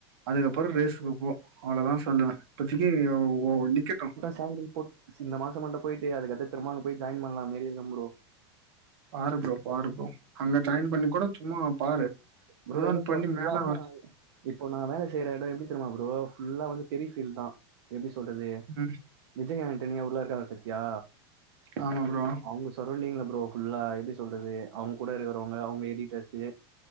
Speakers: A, on the right; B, on the right.
A: அதுக்கப்பறோ ரேஸுக்கு போ அவ்ளோதா சொல்லுவே இப்பத்திக்கு நிக்கட்டூ
B: சேல்ரி போட் இந்த மாசொ மட்டு போயிட்டு அதுக்கத்த திரும்ப அங்க போய் ஜாயின் பண்ணலாமேறி இருக்கோ ஃப்ரோ
A: பாரு ப்ரோ பாரு ப்ரோ அங்க ஜாயின் பண்ணி கூட சும்மா பாரு
B: ப்ரோ
A: ஏதோ
B: எங்க
A: ஒன்னு
B: ப்ரோ
A: பண்ணி
B: ஃபுல்லா
A: மேல வர
B: இப்போ நா வேல செய்ற எடம் எப்டி தெரிமா ஃப்ரோ ஃபுல்லா வந்து ஹெவீ ஃபீல்ட் தா எப்டி சொல்றது
A: ம்
B: விஜய் ஆண்டனியா உள்ள இருக்காளா பாத்தியா
A: ஆமா ப்ரோ
B: அவுங்க சரோண்டிங்ல ஃப்ரோ ஃபுல்லா எப்டி சொல்றது அவங்க கூட இருக்கிறவங்க அவங்க எடிட்டர்ஸு